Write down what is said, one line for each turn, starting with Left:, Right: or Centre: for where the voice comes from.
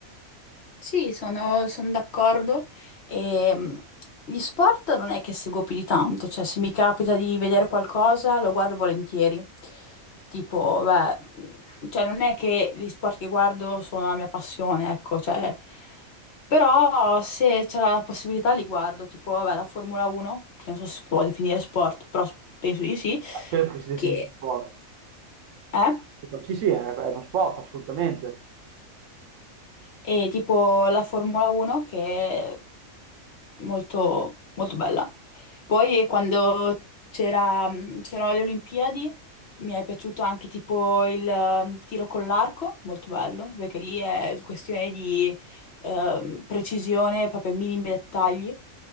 Left: Sì, sono, sono d'accordo. E, mh, gli sport non è che seguo più di tanto, cioè se mi capita di vedere qualcosa lo guardo volentieri. Tipo, beh, mh, cioè non è che gli sport che guardo sono la mia passione, ecco, cioè, però se c'è la possibilità li guardo, tipo, vabbè, la Formula 1, che non so se si può definire sport, però s- penso di sì,
Right: a quello che si definisce
Left: che
Right: sport.
Left: è,
Right: Sì, sì, è, è uno sport, assolutamente.
Left: e tipo la Formula 1 che molto, molto bella. Poi eh, quando c'era, mh, c'erano le Olimpiadi, mi è piaciuto anche tipo il ehm, tiro con l'arco, molto bello, perché lì è questione di ehm, precisione, proprio ai minimi dettagli.